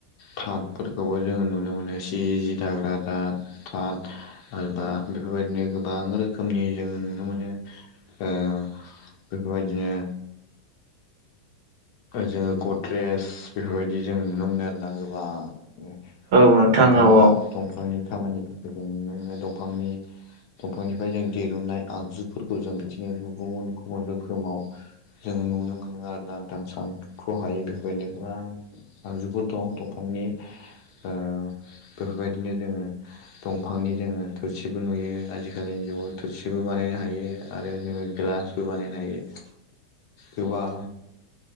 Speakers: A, on the left; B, on the right.
A: थातफोरखौबो जोङो नुनो मोनो सि जि दाग्रा दाद थाथ एबा बेफोरबायदिनो गोबां रोखोमनि जोंङो नुनो मोनो ओ बेफोरबायदिनो जोङो गद्रेज बेफोरबायदि जोङो नुनो मोनो आरोना गोबां
B: नोंथां
A: दंफांनि
B: औ औ
A: दंफांनि खामानिफोरखौ जों नुनो मोनो दंफांनि दंफांनिफ्राय जों दिरुननाय आगजुफोरखौ जों बिदिनो गुबुन गुबुन रोखोमाव जोङो नुनो मोनो आरोना नोंथां सान्ख्रहायि बेफोरबायदिनो गोबां आगजुफोर दं दंफांनि ओ बेफोरबायदिनो जोङो दंफांनि जोङो थोरसिबो नुयो आजिखालिनि जुगाव थुरसिबो बानायनो हायो आरो जोङो गिलासबो बानायनो हायो गोबां